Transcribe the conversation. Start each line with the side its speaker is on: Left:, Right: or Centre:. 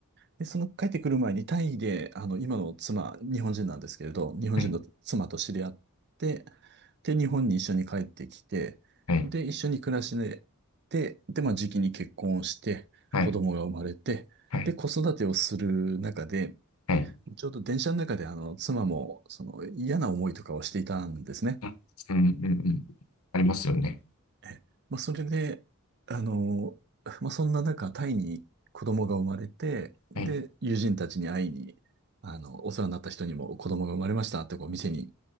Right: で、その帰ってくる前にタイで、あの、今の妻、日本人なんですけれど、日本人の妻と知り合って、
Left: はい、
Right: で、日本に一緒に帰ってきて、
Left: はい、
Right: で、一緒に暮らしで、で、で、まあ、時期に結婚をして、
Left: はい、
Right: 子供が生まれて、
Left: はい。
Right: で、子育てをする中で、
Left: はい
Right: ちょうど電車の中で、あの、妻も、その、嫌な思いとかをしていたんですね。
Left: うん、うん、うん。ありますよね。
Right: え、まあ、それで、あの、まあ、そんな中、タイに子供が生まれて、で、
Left: はい、
Right: 友人たちに会いに、あの、お世話になった人にも子供が生まれましたってこう店に